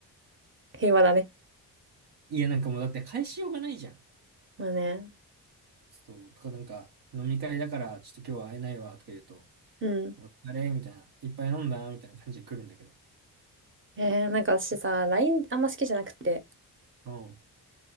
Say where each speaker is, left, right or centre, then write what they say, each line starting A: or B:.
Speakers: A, on the right; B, on the right.
A: 平和だね。
B: いや、なんかもうだって返しようがないじゃん。
A: まあね。
B: そう、とかなんか、飲み会だから、ちょっと今日は会えないわとか言うと、
A: うん。
B: お疲れみたいな、いっぱい飲んだみたいな感じで来るんだけど。
A: えーなんか私さ、LINE あんま好きじゃなくて、
B: うん。